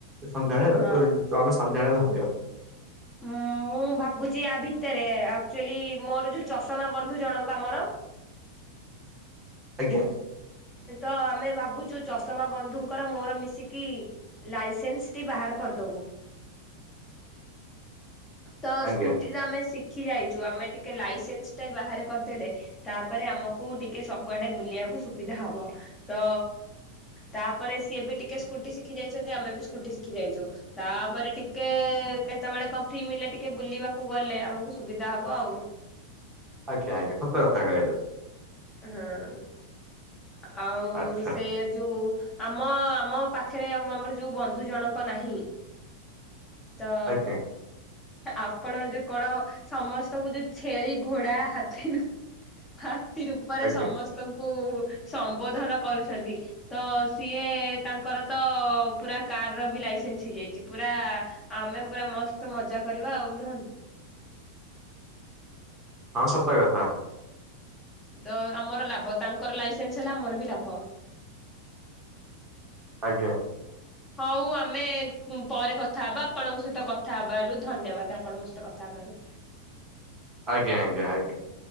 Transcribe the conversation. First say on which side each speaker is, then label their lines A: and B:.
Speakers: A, on the right; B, on the left.
A: ସନ୍ଧ୍ୟାବେଳେ
B: ହଁ।
A: ତ ତ ଆମେ ସନ୍ଧ୍ୟାବେଳେ ଭାବିବା।
B: ଆଁ ଓ ମୁଁ ଭାବୁଚି ଆ ଭିତରେ ଆକ୍ଚୁଆଲି ମୋର ଯୋଉ ଚଷମା ବନ୍ଧୁ ଜଣକ ଆମର
A: ଆଜ୍ଞା।
B: ତ ଆମେ ଭାବୁଚୁ ଚଷମା ବନ୍ଧୁଙ୍କର ମୋର ମିଶିକି ଲାଇସେନ୍ସ ଟି ବାହାର କରି ଦବୁ ତ
A: ଆଜ୍ଞା।
B: ସ୍କୁଟି ତ ଆମେ ସି ଶିଖିଯାଇଚୁ ଆମେ ଟିକେ ଲାଇସେନ୍ସ ଟାଏ ବାହାରେ କରିଦେଲେ ତାପରେ ଆମକୁ ଟିକେ ସବୁଆଡେ ବୁଲିବାକୁ ସୁ ବିଧା ହବ ତ ତାପରେ ସିଏ ବି ଟିକେ ସ୍କୁଟି ଶିଖି ଯାଇଛନ୍ତି ଆମେ ବି ସ୍କୁଟି ଶିଖି ଯାଇଛୁ ତାପରେ ଟିକେ କେ ସେତେବେଳେ କଣ ଫି ମେ ଟିକେ ବୁଲିବାକୁ ଗଲେ ଆମକୁ ସୁବିଧା ହବ ଆଉ।
A: ଆଜ୍ଞା ଆଜ୍ଞା ସତ କଥା କହିଲେ।
B: ହୁଁ ଆଉ
A: ଆଚ୍ଛା
B: ସେଇଆ ଯୋଉ ଆମ ଆମ ପାଖରେ ଆମର ଯୋଉ ବନ୍ଧୁ ଜଣକ ନାହିଁ। ତ
A: ଆଜ୍ଞା
B: ଆପଣ ଯୋଉ କଣ ସମସ୍ତଙ୍କୁ ଯୋଉ ଛେଳି, ଘୋଡା, ହାତୀରୁୁ ହାତୀ ରୂପରେ
A: ଆଜ୍ଞା
B: ସମସ୍ତଙ୍କୁ କୁ ସମ୍ବୋଧନ କରୁଛନ୍ତି ତ ସିଏ ତାଙ୍କର ତ ପୁରା ଆର ବି ଲସେନ୍ସ ହେଇଯାଇଛି ପୁରା ଆମେ ପୁରା ମସ୍ତ ମଜା କରିବା ଆଉ ନୁହଁ।
A: ହଁ ସତ କଥା।
B: ତ ଆମର ଲାଭ ତାଙ୍କର ଲାଇସେନ୍ସ ହେଲା ଆମର ବି ଲାଭ।
A: ଆଜ୍ଞା।
B: ହଉ ଆମେ ପରେ କଥା ହବା ଆପଣଙ୍କ ସହିତ କଥା ହବାରୁ ଧନ୍ୟବାଦ ଆପଣଙ୍କ ମୋ ସହ କଥା ହେଲେ। ବାର।
A: ଆଜ୍ଞା ଆଜ୍ଞା ଆଜ୍ଞା।